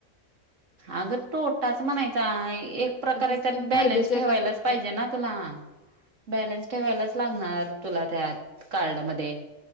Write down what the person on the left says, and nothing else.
मग ती स्कीम
फायद्याची
आहे का तोट्याची